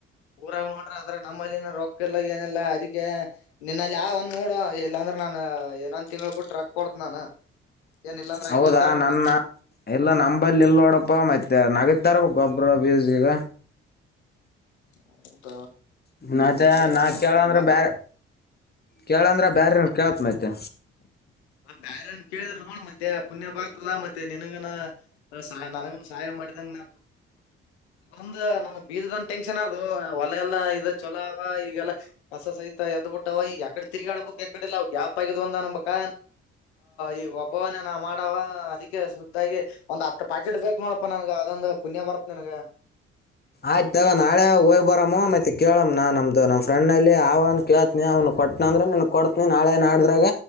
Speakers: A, on the left; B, on the left.
A: ಊರಾಗ ನೋಡ್ರಿ ಅದ್ರಾಗ ನಮ್ಮಲ್ಲಿ ಏನ ರೊಕ್ಕ ಇಲ್ಲ ಏನಿಲ್ಲ ಅದಕ್ಕೆ ನಿನ್ನಲ್ಲಿ ಯಾವ ನೋಡ ಇಲ್ಲಾಂದ್ರೆ ನಾ ಇಏನೊಂದ್ ತಿಂಗ್ಳ ಬಿಟ್ಟ್ರಕ್ ಕೊಡತ ನಾನ ಏನ್ ಇಲ್ಲಾಂದ್ರ ಅಲ್ಲಿಗ್
B: ಹೌದಾ
A: ಹೋಗಿ ತರ್ಬೇಕ
B: ನನ್ನ ಎಲ್ಲ ನಂಬಲ್ಲಿ ಎಲ್ಲ ನೋಡಪ್ಪ ಮತ್ತೆ ನಗತಾರ ಗೋಬರ ಬಿಜಗ
A: ಹೌದ
B: ಮತ್ತೆ
A: <unintelligible>
B: ನಾ ಕೇಳಂದ್ರ ಬ್ಯಾರೆ ಕೇಳಂದ್ರ ಬ್ಯರೆಏರ ಕೇಳತ್ ಮತ್ತೆ
A: ಬ್ಯಾರಏನ್ ಕೇಳಿದ್ರ ನೋಡ್ ಮತ್ತೆ ಪುಣ್ಯ ಬರ್ತದ ಮತ್ತೆ ನನ್ಗನ ಸಹಾಯ ನನಗನ್ ಸಹಾಯ ಮಾಡಿದಂಗ ನ ಅದು ನಮ್ ಬೀಜದಂದ ಟೆನ್ಷನ್ ಅದು ಹೊಲೆ ಎಲ್ಲಾ ಇದು ಚೊಲೋ ಅವ ಈಗೆಲ್ಲ ಹೊಸ ಸೈತಾ ಅದ್ ಬಿಟ್ಟ್ ಈ ಎಕಡೆ ತಿಗಾಡಬೇಕುಕ್ಕಡ ಇ ಅವವು ಗ್ಯಾಪ್ ಆಗ್ ಅನ್ಂಬಬೇಕ ಈ ಒಬ್ಬವನ್ನ ನಾ ಮಾಡ ಅದಕ್ಕೆ ಸುದ್ದಾಗಿ ಒಂದ್ ಹತ್ತು ಪ್ಯಾಕೆಟ್ ಬೇಕ ನೋ ನನ್ಗ ಅದೊಂದು ಪುಣ್ಯ ಬರ್ತ್ ನನ್ಗ
B: ಆಯ್ತತ್ ತಗ ನಾಳೆ ಹೋಗ್ ಬರಮ್ಮ ಮತ್ತೆ ಕೇಳಮ್ಮ್ ನಾನ್ ನಮ್ದು ನಮ್ ಫ್ರೆ್ ಅಲ್ಲಿ ಅವನ್ ಕೇಳ್ತನಿ ಅವ್ನು ಕೊಟ್ಟನ ಅ್ರೆನ್ ಕೊತನಿ ನಾಳೆ ನಾಡ್ರಾಗ